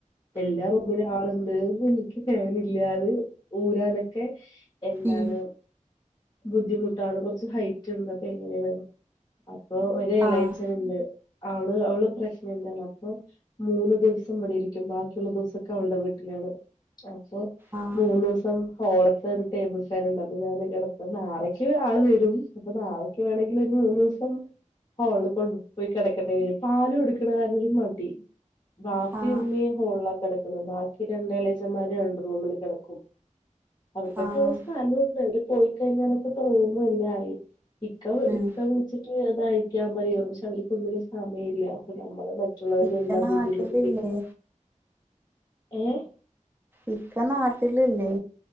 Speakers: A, on the left; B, on the right.
A: എല്ലാറൂമിലേം ആളിണ്ട് എനിക്ക് ഫാനില്ലാതെ ഊരാനക്കെ എന്താണ്
B: ഉം
A: ബുദ്ധിമുട്ടാണ് കൊറച്ച് ഹൈറ്റിണ്ട് അപ്പൊ എങ്ങനേണ് അപ്പൊ ഒരു എളേച്ചനിണ്ട്
B: ആഹ്
A: അവള് അവള് പ്രഗ്നന്റാണ് അപ്പൊ മൂന്ന് ദിവസം ഇവിടെ ഇരിക്കും ബാക്കിയുള്ള ദിവസൊക്കെ അവളുടെ വീട്ടിലാണ് അപ്പൊ
B: ആഹ്
A: മൂന്നൂസം ഹോള്ത്ത ഒരു ടേബിൾ ഫാനിണ്ട് അത് ഞാനിങ്ങെടുത്ത് നാളേക്ക് ആള് വരും അപ്പൊ നാളേ ക്ക് വേണെങ്കിലൊരു മൂന്നുസം ഹോളില് കൊണ്ടുപോയി കിട ക്കെണ്ടി വരും പാല് കൊടുക്കണ കാരണം ഒരു മടി വാപ്പി
B: ആഹ്
A: ഉമ്മയും ഹോൾലാ കിടക്കുന്നത് ബാക്കി രണ്ടെളേച്ചന്മാരും രണ്ട് റൂമില് കിടക്കും അവർക്കൊക്കെ
B: ആഹ്
A: ഇവിടെ സ്ഥലുണ്ട് അവര് പോയിക്കഴിഞ്ഞാലൊക്കെ ഇപ്പ റൂമു എല്ലാ ആയി ഇക്ക വി
B: ഉം
A: ഇക്ക വിളിച്ചിട്ട് അതഴിക്കാൻ പറയും പക്ഷെ അവരിക്കൊന്നിനും സമയം ഇല്ല അപ്പൊ നമ്മള് മ റ്റുള്ളവരിനെ
B: ഇക്ക
A: എന്താ
B: നാട്ടിലില്ലേ
A: ബുദ്ധിമുട്ടിപ്പിക്കു ഏഹ്
B: ഇക്ക നാട്ടിലില്ലേ?